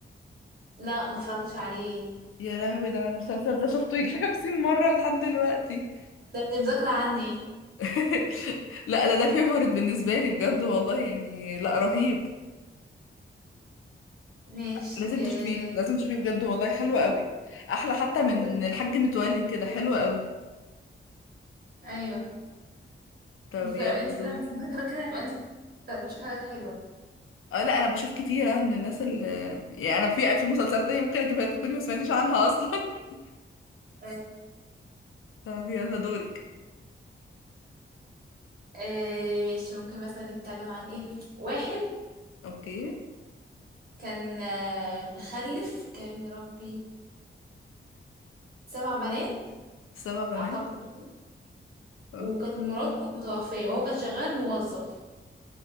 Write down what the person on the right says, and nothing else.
لا ما اتفرجتش عليه
ده انت مذاكره عني
ماشي
آه،
هشوفه
انا
عايزه أشوف-
ايوه
انت تق-
انت ده
فاكره كده يبقى انت بت- بتشوف حاجات حلوه
طيب.
آه ماشي ممكن مثلا نتكلم عن ايه واحد
كان آه مخلف كان مربي سبع بنات
اعتقد يعني
وكانت مراته متوفيه وهو كان شغال موظف